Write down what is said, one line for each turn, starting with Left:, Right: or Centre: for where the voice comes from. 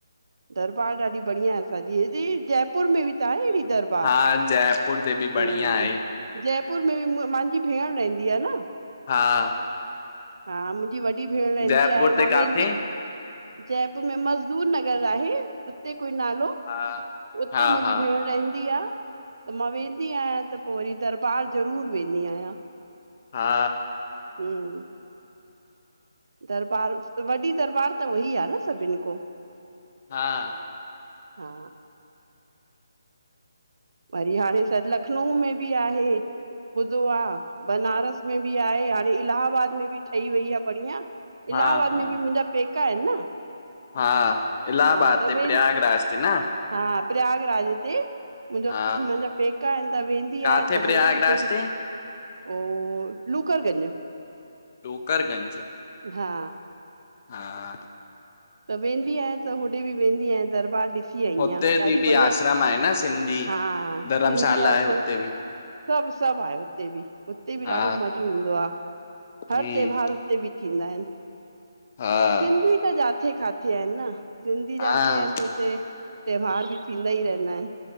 Right: दरबार ॾाढी बढ़िया असांजी दी जयपुर में बि त आहे अहिड़ी दरबार।
Left: हा जयपुर ते बि
Right: हम्म
Left: बढ़िया आहे।
Right: जयपुर में मांजी भेण रहंदी आ न।
Left: हा
Right: हा मुंजी वॾी भेण रहंदी
Left: जयपुर
Right: आहे
Left: ते
Right: मां
Left: काथे?
Right: वेंदी जयपुर में मज़दूर नगर आहे उते कोई नालो।
Left: हा
Right: उते
Left: हा
Right: मुंजी
Left: हा
Right: भेण रहंदी आ। त मां वेंदी आयां त पो वरी दरबार ज़रूर वेंदी आहियां।
Left: हा
Right: हम्म। दरबार वॾी दरबार त उहई आ न सभिन कों।
Left: हा
Right: हा वरी हाणे शायद लखनऊ में बि आहे। ॿुधो आ बनारस में बि आहे हाणे इलाहाबाद में बि ठही वई आ बढ़िया।
Left: हा
Right: इलाहबाद
Left: हा
Right: में बि मुंजा पेका आहिन न।
Left: हा इलाहबाद
Right: हा त
Left: ते
Right: वेन
Left: प्रयागराज ते न।
Right: हा प्रयागराज ते। मुंजा
Left: हा
Right: मुंजा पेका आहिन त वेंदी
Left: काथे
Right: आयां त
Left: प्रयागराज
Right: होॾे बि ज़रूर
Left: ते?
Right: ओ, लूकर गंज।
Left: लूकर गंज
Right: हा
Left: हा
Right: त वेंदी आयां त होॾे बि वेंदी आयां दरबार ॾे। थी आइयां
Left: हुते बि
Right: ॾाढी
Left: बि
Right: बढ़िया
Left: आश्रम आहे न सिंधी
Right: हा
Left: धर्मशाला
Right: सिंधी आ
Left: आहे हुते
Right: सब।
Left: बि
Right: सभ सभ आहे उते बि उते बि
Left: हा
Right: ॾाढो मज़ो ईंदो आ हर
Left: हम्म
Right: त्योहार इते बी थींदा आहिन,
Left: हा
Right: सिंधी त जाते काथे आहिन न। सिंधी जाते
Left: हा
Right: आहिन त हुते त्योहार बि थींदा ई रहिंदा आहिन।